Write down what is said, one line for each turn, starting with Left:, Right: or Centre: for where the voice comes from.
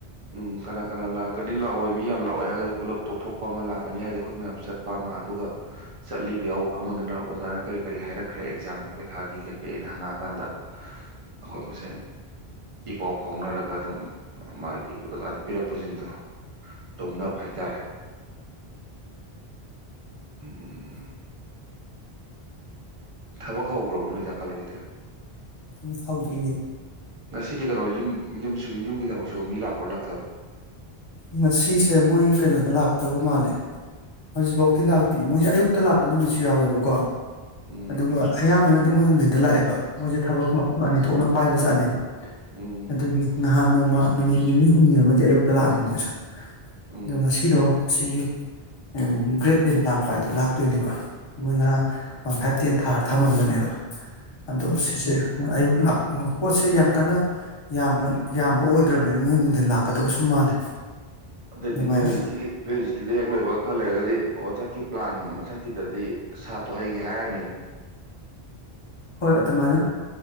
Right: ꯎꯝ ꯀꯅꯥ ꯀꯅꯥ ꯂꯥꯛꯀꯅꯤ ꯂꯥꯛꯑꯣꯏ ꯃꯤ ꯌꯥꯝ ꯂꯥꯛꯑꯣꯏ ꯍꯥꯏꯔꯒꯗꯤ ꯄꯨꯂꯞ ꯇꯣꯛꯊꯣꯛꯄ ꯑꯃ ꯂꯥꯛꯀꯅꯤ ꯍꯥꯏꯔꯗꯤ ꯑꯩꯈꯣꯏ ꯃꯌꯥꯝ ꯆꯠꯄ ꯑꯃ ꯑꯗꯨꯒ ꯆꯠꯂꯤꯕ ꯌꯥꯎꯕ ꯀꯥꯡꯕꯨꯗꯨꯅ ꯑꯣꯖꯥꯅ ꯀꯔꯤ ꯀꯔꯤ ꯍꯥꯏꯔꯛꯈ꯭ꯔꯦ ꯑꯦꯛꯖꯥꯝꯒꯤ ꯄꯩꯈꯥꯒꯤ ꯀꯩ ꯀꯩꯅ ꯍꯪꯉꯛꯑꯀꯥꯟꯗ ꯑꯩꯈꯣꯏ ꯃꯁꯦꯟ ꯏ ꯄꯥꯎ ꯐꯥꯎꯅꯔꯒ ꯑꯗꯨꯝ ꯃꯥꯒꯤ ꯑꯣꯖꯥꯅ ꯄꯤꯔꯛꯄꯁꯤꯡꯗꯣ ꯂꯧꯅꯕ ꯍꯥꯏꯇꯥꯔꯦ ꯎꯝ ꯊꯕꯛ ꯍꯧꯈ꯭ꯔꯕꯣ ꯅꯣꯏꯗꯥ ꯀꯥꯂꯨ ꯍꯣꯏꯗꯤ
Left: ꯎꯝ ꯍꯧꯗ꯭ꯔꯤꯌꯦ
Right: ꯉꯁꯤꯗꯤ ꯀꯩꯅꯣ ꯌꯨꯝ ꯌꯨꯝꯁꯨ ꯌꯨꯝꯒꯤ ꯊꯕꯛꯁꯨꯕ ꯃꯤ ꯂꯥꯛꯄ꯭ꯔꯥ ꯂꯥꯛꯇꯕ꯭ꯔꯣ
Left: ꯉꯁꯤꯁꯦ ꯃꯣꯏ ꯀꯩꯅꯣꯗ ꯂꯥꯛꯀꯗꯕ ꯃꯥꯜꯂꯦ ꯍꯧꯖꯤꯛꯐꯥꯎꯗꯤ ꯂꯥꯛꯇꯦ ꯃꯣꯏꯁꯦ ꯑꯌꯨꯛꯇ ꯂꯥꯛꯄ ꯅꯨꯃꯤꯠꯁꯨ ꯌꯥꯎꯋꯦꯕꯀꯣ
Right: ꯎꯝ
Left: ꯑꯗꯨꯒ ꯑꯌꯥꯝꯕꯅ ꯃꯣꯏ ꯅꯨꯡꯊꯤꯟꯗ ꯂꯥꯛꯑꯦꯕ ꯃꯣꯏꯁꯦ ꯊꯕꯛ ꯃꯐꯝ ꯑꯅꯤ ꯊꯣꯛꯅ ꯄꯥꯏꯕꯖꯥꯠꯅꯦꯕ
Right: ꯎꯝ
Left: ꯑꯗꯨꯒꯤ ꯉꯥ ꯅꯍꯥꯟ ꯅꯣꯡꯃ ꯅꯨꯃꯤꯠ ꯅꯤꯅꯤ ꯍꯨꯝꯅꯤ ꯑꯃꯗꯤ ꯑꯌꯨꯛꯇ ꯂꯥꯛꯑꯃꯤ ꯃꯣꯏꯖꯨ
Right: ꯎꯝ
Left: ꯑꯗꯣ ꯉꯁꯤꯗꯣ ꯁꯤꯒꯤ ꯑꯪ ꯒ꯭ꯔꯦꯠ ꯕꯤꯟ ꯂꯥꯛꯄ ꯍꯥꯏꯗꯣ ꯂꯥꯛꯇꯣꯏꯅꯦꯕ ꯃꯣꯏ ꯉꯔꯥꯡ ꯋꯥꯟ ꯐꯥꯏꯚ ꯇꯦꯟ ꯊꯥꯔ ꯊꯝꯃꯝꯕꯅꯦꯕ ꯑꯗꯣ ꯁꯤꯁꯦ ꯃꯣꯏ ꯑꯌꯨꯛ ꯂꯥꯛ ꯑ ꯄꯣꯠꯁꯦ ꯌꯥꯝ ꯀꯟꯅ ꯌꯥꯝꯕ ꯌꯥꯝꯕ ꯑꯣꯏꯗ꯭ꯔꯕꯅꯤꯅ ꯃꯣꯏ ꯅꯨꯡꯊꯤꯟ ꯂꯥꯛꯀꯗꯕꯁꯨ ꯃꯥꯜꯂꯦ
Right: ꯑꯗꯒꯤ
Left: ꯑꯗꯨꯃꯥꯏꯅ
Right: ꯅꯣꯏ ꯍꯧꯖꯤꯛꯀꯤ ꯅꯣꯏ ꯅꯣꯏꯍꯧꯖꯤꯛꯀꯤꯗꯨ ꯍꯦꯛ ꯂꯣꯏꯕꯒ ꯈꯔ ꯂꯩꯔꯒꯗꯤ ꯃꯊꯛꯀꯤ ꯄ꯭ꯂꯥꯟ <unintelligible> ꯁꯥꯠꯇꯣ ꯍꯩꯒꯦꯍꯥꯏ
Left: ꯍꯣꯏ ꯑꯗꯨꯃꯥꯏꯅ